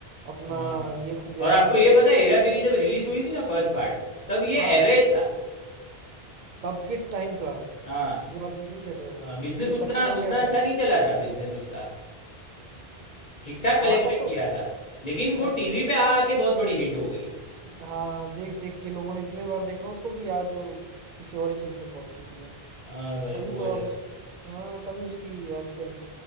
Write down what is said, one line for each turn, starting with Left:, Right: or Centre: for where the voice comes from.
Right: अपना
Left: हाँ हाँ
Right: ये हो गया
Left: और आपको
Right: अक्षय
Left: ये पता है हेरा फेरी जब रिलीज हुई थी ना फर्स्ट पार्ट तब ये
Right: हाँ
Left: एवरेज था
Right: तब के टाइम का
Left: हाँ
Right: ये बात तुम सही कर रहे हो
Left: हाँ बिजनेस
Right: कि ये
Left: उतना
Right: तब के टाइम
Left: उतना
Right: का एवरेज
Left: अच्छा नहीं चला था बिजनेस उसका ठीक ठाक
Right: है
Left: कलेक्शन
Right: हाँ तब तो
Left: किया था लेकिन वो
Right: ऐस,
Left: टीवी पे आ आके बहुत बड़ी हिट हो गई
Right: हाँ देख देख के लोगों ने इतने बार देखा उसको कि आज वो किसी और ही चीज पे पहुंच चुकी है
Left: हाँ भाई
Right: तभी
Left: वो
Right: तो
Left: है
Right: अब उस हाँ तभी उसकी आजकल